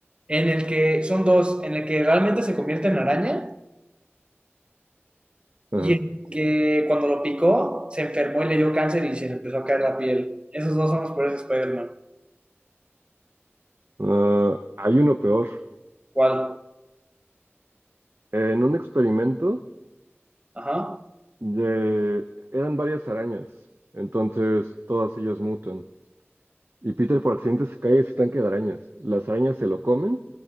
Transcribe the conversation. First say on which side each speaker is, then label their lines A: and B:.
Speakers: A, on the right (about 25°); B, on the right (about 60°).
A: En el que son dos, en el que realmente se convierte en araña
B: Ajá.
A: y en el que cuando lo picó se enfermó y le dio cáncer y se le empezó a caer la piel. Esos dos son los peores Spider-Man.
B: Ah, hay uno peor.
A: ¿Cuál?
B: En un experimento
A: Ajá.
B: de- eran varias arañas, entonces todas ellas mutan. Y Peter por accidente se cae de su tanque de arañas. Las arañas se lo comen